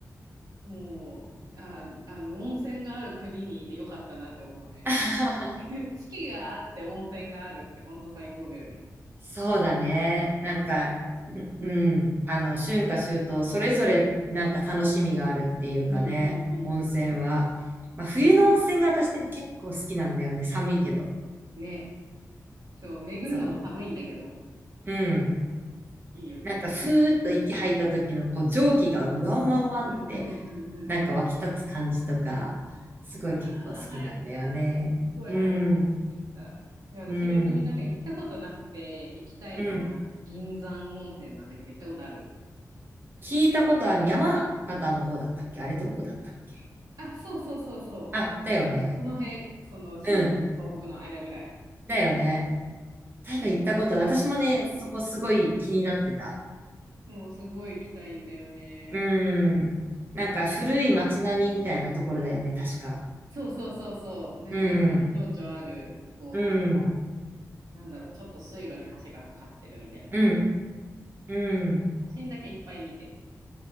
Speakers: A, on the right (about 75°); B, on the right (about 35°).
A: もう、あ、あの、温泉がある国にいてよかったなって思うね。
B: <laughs>
A: <laughs> 四季があって温泉があるってほんと最高だよね。
B: そうだね。なんか、ううん。あの、春夏秋冬、それぞれなんか楽しみがあるっていうかね、
A: うんうんう
B: 温泉は。まあ、冬の温泉が私でも結構好きなんだよね。寒いけど。
A: ん。ね。そう、巡るのも寒いんだけど。
B: そう。うん。
A: いいよね。
B: なんかふーっと息吐いた時のこう蒸気がうわんわんわんって
A: うんうんうんうん。
B: なんか湧き立つ感じとか、すごい結構好きなんだよね。
A: いやー、入りたい。すごい入りたくなってきた。
B: うん、
A: いや、私逆になんか行ったことなくて行きたいのは銀山温泉なんだけど行ったことある
B: うん、うん。聞いたことある山形の方だったっけあれどこだったっけ
A: あ、そうそうそうそう。
B: あ、だよね。
A: なんか、その辺、その、新東北の間ぐらい。
B: うん、だよね。多分行ったことない。私もね、そこすごい気になってた。
A: もうすごい行きたいんだよね。
B: うん。なんか古い街並みみたいなところだよね、確か。
A: そうそうそうそう。なんか昔情緒ある、
B: うん、
A: こう、
B: うん、
A: なんか、なんだろう、ちょっと水路に橋がかかってるみたいな感じ。
B: うん、うん。
A: 写真だけいっぱい見て。